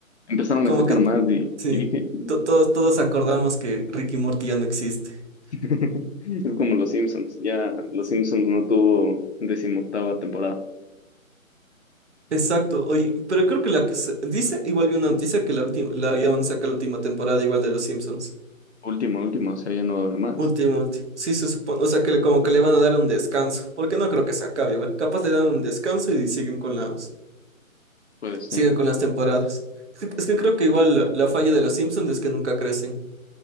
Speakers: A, on the left; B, on the right.
A: empezaron
B: Como
A: a sacar
B: que,
A: más y,
B: sí,
A: y dije,
B: to- todos, todos acordamos que Ricky y Morty ya no existe.
A: <laughs> es como los Simpsons, ya los
B: Sí.
A: Simpsons no tuvo decimoctava temporada.
B: Exacto, oye, pero creo que la que se- dice, igual vi una noticia que la última, la habían sacado la última temporada igual de Los Simpsons.
A: Última, última, o sea, ya no va a haber más.
B: último último Sí, se supone. O sea, que le, como que le van a dar un descanso. Porque no creo que se acabe igual. Capaz le dan un descanso y siguen con las,
A: Puede ser.
B: siguen con las temporadas. Es que, es que creo que igual la, la falla de Los Simpsons es que nunca crecen.